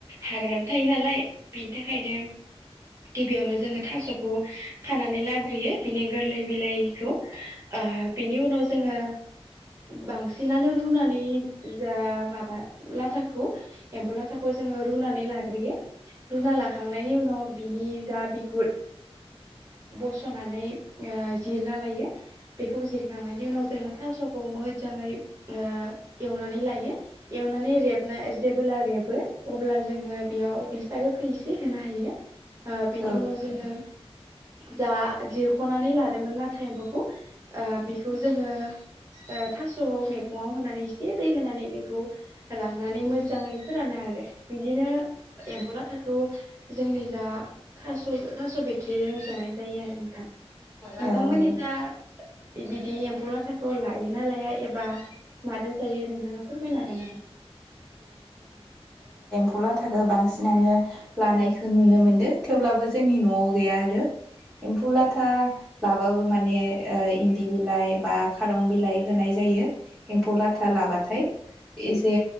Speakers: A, on the right; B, in the centre.
A: हाग्रायावनो थायो नालाय बिनि थाखायनो गिबियावनो जोङो थास'खौ खानानै लाब ग्रोयो बिनि गोरलै बिलाइखौ आ बिनि उनाव जोङो बांसिनानो रुनानै जा माबा लाथाखौ एमफौ लाथाखौ जोङो रुनानै लाग्रोयो रुना लाखांनायनि उनाव बिनि गा बिगुर बस सनानै जिरना लायो। बेखौ जिरखांनायनि उनाव जों थास' खौ मोजाङै एवनानै लायो एवनानै रेबना जेबोला रेबो अब्ला जोङो बेयाव मिस्था गोखै एसे होना हो यो आ बिनि
B: औ
A: उनाव जोङो जा फनानै लादोमोन लाथा एमफौखौ ओ बिखौ जोङो थास'आव मैगङाव होनानै से दै होनानै बेखौ राननानै मोजाङै फोरानो आरो। बिदिनो एमफौ ला थाखौ जोंनि जा थास' थास' बिथ्रिजों जानाय जायो आरो नों थां नोंथांमोननि
B: औ औ
A: जा बिदि एम्फौ लाथाखौ लायो ना लाया एबा मादो जायो नोंथाङा फोरमायनो हागोन नामा?
B: फौ लाथाखो बांसिनानो लानायखौ नुनो मोनदो थेवब्लाबो जोंनि न'आव गैया आरो। एमफौ लाथा लाबाबो माने इन्दि बिलाइ बा खारं बिलाइ होनाय जायो। एम्फौ लाथा लाबाथाय एसे